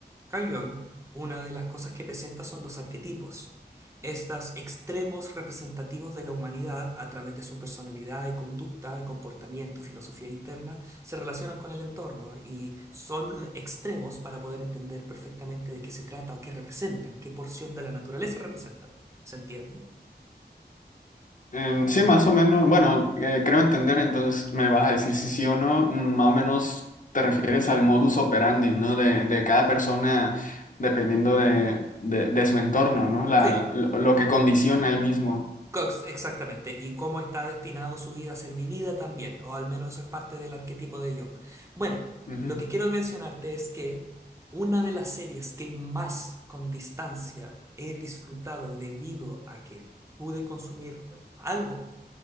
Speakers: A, on the right; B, on the left.
A: Carl Jung, una de las cosas que presenta son los arquetipos, estos extremos representativos de la humanidad a través de su personalidad y conducta y comportamiento y filosofía interna, se relacionan con el entorno y son l- extremos para poder entender perfectamente de qué se trata o qué representan, qué porción de la naturaleza representan. ¿Se entiende?
B: Em, sí, más o menos, bueno, eh, creo entender, entonces me vas a decir si sí o no, mm, más o menos te refieres al modus operandi, ¿no? De, de cada persona dependiendo de, de- de su entorno, ¿no? La,
A: Sí.
B: lo, lo que condiciona el mismo.
A: Cox, exactamente, y cómo está destinado su vida a ser vivida también, o al menos eso es parte del arquetipo de Young. Bueno,
B: Ujú.
A: lo que quiero mencionarte es que una de las series que más con distancia he disfrutado debido a que pude consumir algo